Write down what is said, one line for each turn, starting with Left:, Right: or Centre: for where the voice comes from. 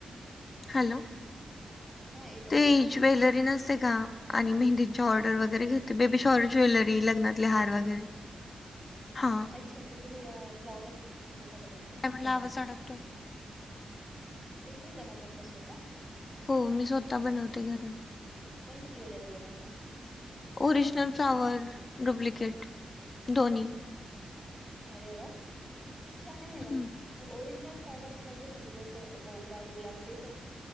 Left: हॅलो!
Centre: हा येतो
Left: ती
Centre: ना आवाज
Left: ज्वेलरी नसते का, आणि मेहंदीच्या ऑर्डर वगैरे घेत बेबी शॉवर ज्वेलरी, लग्नातले हार वगैरे हा!
Centre: अच्छा त तुम्ही अं फ्लाॅवर स्वतः बनवता.
Left: काय म्हणला आवाज आडकतोय.
Centre: तुम्ही बनवतात का स्वतः
Left: हो मी स्वतः बनवते घरून
Centre: कोणती ज्वेलरी बनवतात?
Left: ओरि जनल फ्लॉवर, डुप्लिकेट दोन्ही.
Centre: अरे वा छान ये मंग
Left: हम्म.
Centre: म ओरिजनल फ्लॉवर्स मध्ये म्हणजे जसं, मोगरा गुलाब ते पर